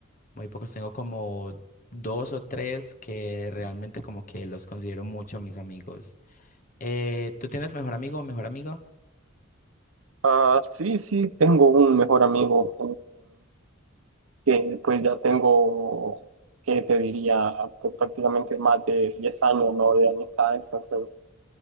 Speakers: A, on the left; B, on the right.
A: Muy pocos. Tengo como dos o tres que realmente como que los considero mucho mis amigos. Eh, ¿tú tienes mejor amigo o mejor amiga?
B: Ah, sí, sí, tengo un mejor amigo eh, que pues ya tengo, que te diría, pues, prácticamente más de 10 años, ¿no? De amistad, entonces